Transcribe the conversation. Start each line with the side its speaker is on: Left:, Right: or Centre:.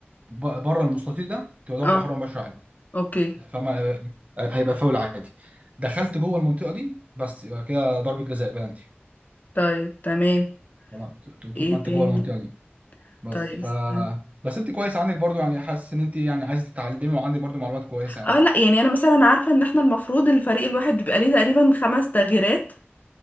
Right: ب- بره المستطيل ده تبقى ضربه
Left: اه
Right: حره مباشره عادي
Left: اوكي
Right: فما آه، آه، هيبقى فاول عادي دخلت جوه المنطقه دي بس يبقى كده ضربه جزاء بلانتي
Left: طيب تمام
Right: تمام؟ ط- ط-
Left: ايه
Right: طول ما انت
Left: تاني
Right: جوه المنطقه دي بس
Left: طيب
Right: ف
Left: استنى
Right: بس انت كويس عندك برضو يعني حاسس ان انت يعني عايز تتعلمي وعندك برضو معلومات كويسه يعني
Left: اه لا يعني انا مثلا عارفه ان احنا المفروض الفريق الواحد بيبقى ليه تقريبا خمس تغييرات